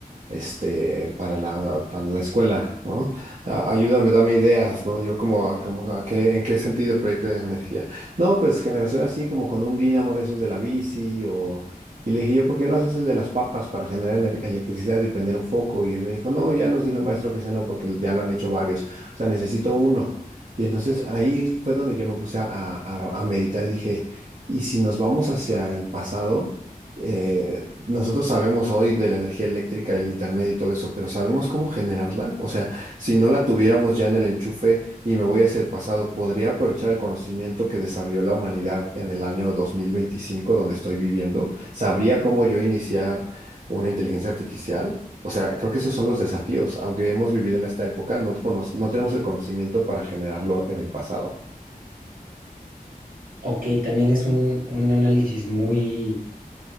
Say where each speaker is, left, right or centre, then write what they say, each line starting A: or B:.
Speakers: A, on the right; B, on the right.
A: este, para la, para la escuela, ¿no? A- Ayúdame, dame ideas, ¿no? Yo como, a- como a qué, ¿en qué sentido proyecto de energía? No, pues generación así como con un dínamo de esos de la bici o... Y le dije yo, ¿por qué no haces el de las papas para generar ener- electricidad y prender un foco? Y él me dijo, no, ya nos dijo el maestro que ese no, porque ya lo han hecho varios. O sea, necesito uno. Y entonces ahí fue donde yo me puse a, a- a meditar y dije, ¿y si nos vamos hacia el pasado? Eh, nosotros sabemos hoy de la energía eléctrica, el internet y todo eso, pero ¿sabemos cómo generarla? O sea, si no la tuviéramos ya en el enchufe y me voy hacia el pasado, ¿podría aprovechar el conocimiento que desarrolló la humanidad en el año 2025, donde estoy viviendo? ¿Sabría cómo yo iniciar una inteligencia artificial? O sea, creo que esos son los desafíos. Aunque hemos vivido en esta época, no, cono- no tenemos el conocimiento para generarlo en el pasado.
B: Ok, también es un, un análisis muy